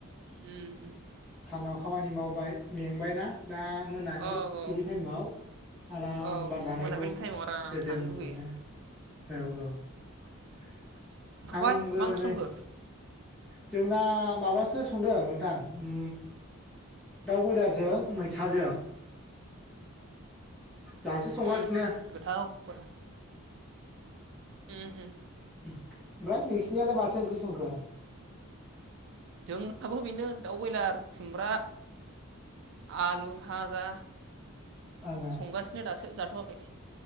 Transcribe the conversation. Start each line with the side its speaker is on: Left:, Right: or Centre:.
Right: उम उम।
Centre: सानाव खामानि मावबाय मेंबायना। दा मोनामो
Right: औ औ
Centre: बिलि टाइमाव आराम
Right: औ
Centre: बार जानांगौ
Right: मोनाबिलि टाइमाव आराम
Centre: गोजोन
Right: थानो लुगैयो
Centre: नो औ औ। <inaudible>
Right: ओमफ्राय
Centre: आंबो
Right: मा ओंख्रि
Centre: नै
Right: संखो
Centre: जोंना माबासो संदों नोंथां ओम दाउ बयलारजों मैथाजों। दासो संगासिनो।
Right: उम गोथाव गोथाव उम उम।
Centre: ओमफ्राय नोंसिनियालाय माथो ओंख्रि संखो।
Right: जोंनाबो बेनो दाउ बयलार खुमब्रा। आलु भाजा
Centre: ओं
Right: संगासिनो दासो जाथ'वाखै।